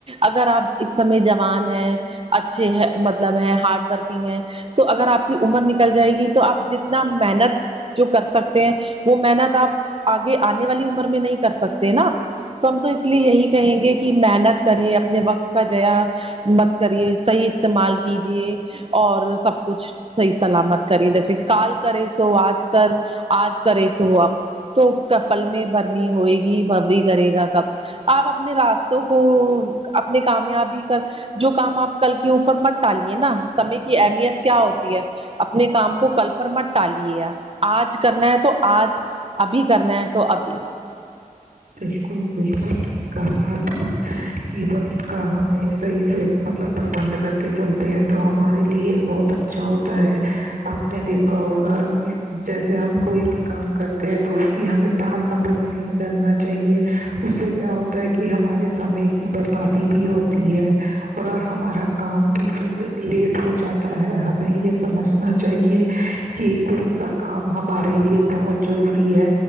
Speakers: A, on the right; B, on the right.
A: اگر آپ اس سمے جوان ہیں اچھے ہے مطلب ہے ہارڈ ورکنگ ہے تو اگر آپ کی عمر نکل جائے گی تو آپ جتنا محنت جو کر سکتے ہیں وہ محنت آپ آگے آنے والی عمر میں نہیں کر سکتے نا تو ہم تو اس لیے یہی کہیں گے کہ محنت کریے اپنے وقت کا جیا مت کریے صحیح استعمال کیجیے اور سب کچھ صحیح سلامت کریے ج کال کرے سو آج کر آج کرے سو اب تو کپل میں بھرنی ہوئے گی بھوری کرے گا کب آپ اپنے را کو اپنے کامیابی کر جو کام آپ کل کے اوپر مت ٹالیے نا سمے کی اہمیت کیا ہوتی ہے اپنے کام وہ کل پر مت ٹالیے آپ آج کرنا ہے تو آج ابھی کرنا ہے تو ابھی
B: بالکل بالکل ٹھیک کہا آپ نے کی وقت کا ہمیں صحیح سے مطلب پربند کر کے چلتے ہیں تو ہمارے لیے بہت اچھا ہوتا ہے آپ نے دیکھا ہوگا جیسے ہم کوئی بھی کام کرتے ہیں تو اس کی ہمیں ٹال مٹول نہیں کرنا چاہیے اس سے کیا ہوتا ہے کی ہمارے سمے کی بربادی بھی ہوتی ہے اور ہمارا کام بھی پھر لیٹ ہو جاتا ہے ہمیں یے سمجھنا چاہیے کی کون سا کام ہمارے لیے بہت ضروری ہے